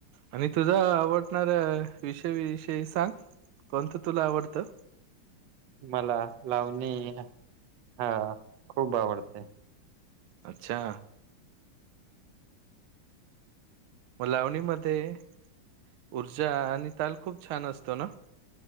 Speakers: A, on the right; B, on the right.
A: आणि तुझा आवडणारा विषयविषयी सांग कोणतं तुला आवडतं?
B: मला लावणी हा खूप आवडते.
A: अच्छा! मग लावणीमध्ये ऊर्जा आणि ताल खूप छान असतो ना.